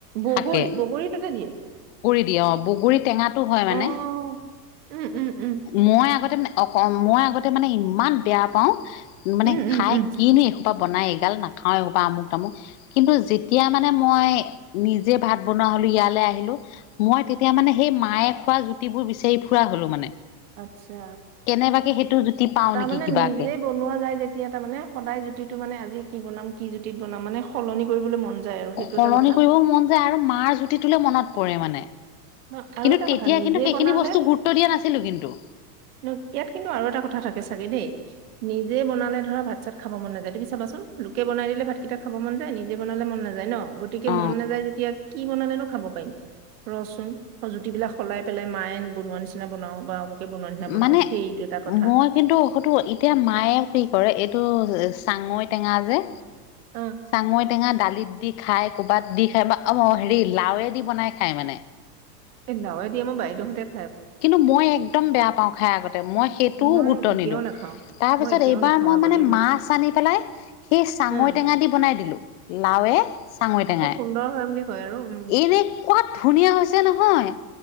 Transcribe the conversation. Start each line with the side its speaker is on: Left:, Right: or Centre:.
Right: বগৰী
Left: শাকে
Right: বগৰী তাতে দিয়ে
Left: বগৰী টেঙাো বগৰী টেঙাটো হয় মানে
Right: অ অ উম উম উম
Left: মই আগ অ মই আগতে মানে ইমান বেয়া পাও মানে
Right: উম উম
Left: খাই
Right: উম
Left: কিনো বনাই এইগাল নাখাও এপা আমুক তামুক কিন্তু যেতিয়া মানে মই নিজে ভাত বনোৱা হলো ইয়ালৈ আহিলো মই তেতিয়া মানে সেই মায়ে খোৱা জুতিবোৰ বিচাৰি ফুৰা হলো মানে
Right: আচ্ছা
Left: কেনেবাকে সেইটো জুতি পাও
Right: তাৰ
Left: নেকি
Right: মানে
Left: কিবাকে
Right: নিজে বনোৱা যায় যেতিয়া তাৰ মানে সদায় জুতিটো মানে আজি কি বনাম সি জুতিত বনাম মানে সলনি কৰিবলৈ মন যায় আৰু সেইটো
Left: সলনি
Right: এটা কথা
Left: কৰিব মন যায় আৰু মাৰ জুঠি তুলৈ মনত পৰে মানে কিন্তু
Right: ন আৰু এটা
Left: তেতিয়া
Right: কথা নিজে
Left: কিন্তু সেইখিনি
Right: বনালে
Left: বস্তু গুৰুত্ব দিয়া নাছিলো কিন্তু
Right: ন ইয়াত কিন্তু আৰু এটা কথা থাকে চাগে দেই নিজে বনালে ধৰা ভাত চাত খাব মন নাযায় তুমি চাবাচোন লোকে বনাই দিলে ভাতকেইটা খাব মন যায় নিজে বনালে মন নাযায় ন গতিকে
Left: অ
Right: মন নাযায় যেতিয়া কি বনালেনো খাব পাৰিম ৰচুন জুতি বিলাক সলাই পেলাই মায়ে বনোৱা নিচিনা বনাও বা অমুকে বনোৱা নিচিনা বনাও
Left: মানে
Right: সেইটো এটা কথা
Left: মই কিন্তু সটো এতিয়া মায়ে কি কৰে টো চাঙৈ টেঙা যে
Right: অ
Left: চাঙৈ টেঙা দালিত দি খাই ক'ৰবাত দি খায় বা অ হেৰি লাওে দি বনাই খায় মানে
Right: এ লাওে দি আমাৰ বাইদউহঁতে
Left: কিন্তু মই একদম বেয়া পাওঁ খাই আগতে মই সেইটোও
Right: মই
Left: গুৰুত্ব
Right: এতিয়াও
Left: নিদিওঁ
Right: নাখাও
Left: তাৰ
Right: মই
Left: পিছত
Right: এতিয়াও
Left: এইবাৰ
Right: নাখাও
Left: মই
Right: আগতেও
Left: মানে
Right: নাখাও
Left: মাছ আনি পেলাই সেই চাঙৈ
Right: উম
Left: টেঙা দি বনাই দিলো লাওে চাঙৈ টেঙাই
Right: খুব সুন্দৰ হয় বুলি কয় আৰু উম
Left: এনেকুৱাত ধুনীয়া হৈছে নহয় নহয়